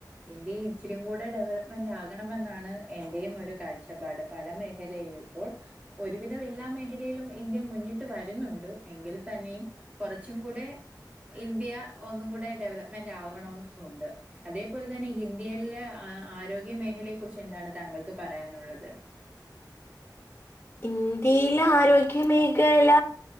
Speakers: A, on the right; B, on the left.
A: ഇന്ത്യ ഇച്ചരികൂടെ ഡെവലപ്മെന്റ ആകണെന്നാണ് എന്റെയും ഒരു കാഴ്ചപ്പാട് പല മേഖല മ്പോൾ ഒരുവിധം എല്ലാ മേഖലയിലും ഇന്ത്യ മുന്നിട്ട് വരുന്നുണ്ട് എങ്കിൽ തന്നെയും കുറച്ചും കൂടെ ഇന്ത്യ ഒന്നും കൂടെ ഡെവലപ്മെന്റ ആകണം അതേപോലെ തന്നെ ഇന്ത്യയിലെ ആരോഗ്യ മേഖലയെ കുറിച്ച് എന്താണ് താങ്കൾക്ക് പറയാനുള്ള ള്ളത്
B: ഇന്ത്യയിലെ ആരോഗ്യ മേഖല